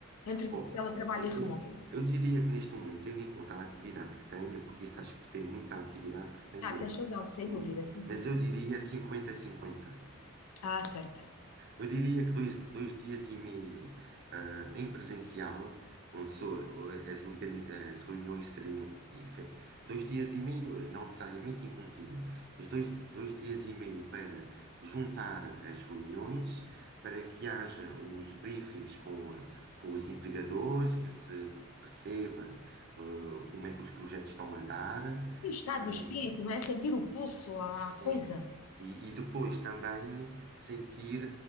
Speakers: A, on the left; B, on the right.
A: entre
B: Bom,
A: teletrabalho
B: eu,
A: e remoto?
B: eu diria que neste momento, tendo em conta a atividade que tenho, porque isso acho que depende muito da atividade que se tem,
A: Ah,
B: no,
A: tens razão, sem
B: no-
A: dúvida, sim, sim.
B: mas eu diria 50 cinquenta
A: Ah, certo.
B: eu diria que dois, dois dias e meio ah, em presencial, onde só, eh, as, organi- as reuniões seriam. e fe- Dois dias e meio, eh, não necessariamente em contínuo, mas dois, dois dias e meio para juntar as reuniões, para que haja os briefings com, com os empregadores, que se perceba, eh, como é que os projetos estão a andar.
A: E o estado
B: Eh,
A: do espírito, não é? Sentir o pulso à à coisa.
B: é, e, e depois também sentir